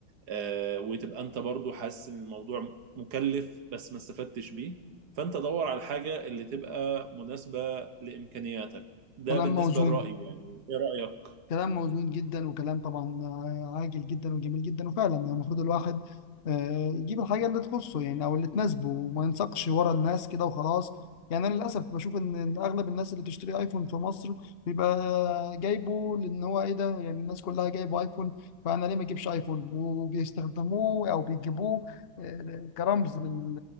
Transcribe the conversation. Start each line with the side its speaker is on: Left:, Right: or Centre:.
Right: آه، وتبقى انت برضو حاسس ان الموضوع مكلف بس ما استفدتش بيه فانت دور على الحاجة اللي تبقى مناسبة لامكانياتك ده
Left: كلام
Right: بالنسبة
Left: موزون
Right: لرأيي يعني ايه رأيك؟
Left: كلام موزون جدا وكلام طبعا آه، عاجل جدا وجميل جدا وفعلا يعني المفروض الواحد آه، يجيب الحاجة اللي تخصه يعني أو اللي تناسبه وما ينساقش ورا الناس كده وخلاص يعني أنا للأسف بشوف إن إن أغلب الناس اللي بتشتري أيفون في مصر بيبقى جايبه لأن هو إيه ده يعني الناس كلها جايبه أيفون فأنا ليه ما أجيبش أيفون وبيستخدموه أو بيجيبوه آه، كرمز لل-